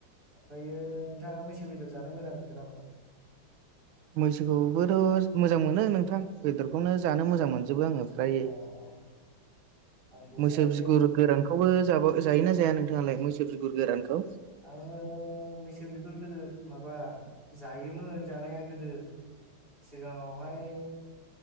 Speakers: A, on the right (about 25°); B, on the right (about 85°).
A: ओमफ्रायो नोंथांङा मैसो बेदर जानो मोजां मोनगोन ना मोना
B: मैसोखौबोथ' मोजां मोनो नोंथां बेदरखौनो जानो मोजां मोनजोबो आंङो ओमफ्राय
A: अ अ आंबो
B: मैसौ
A: जायो
B: बिगुर गोरानखौबो जाब जायोना जाया नोंथांङालाय मैसो बिगुर गोरानखौ
A: आंङो मैसो बिगुर गोदो माबा जायोमोन जानाया गोदो सिगांङावहाय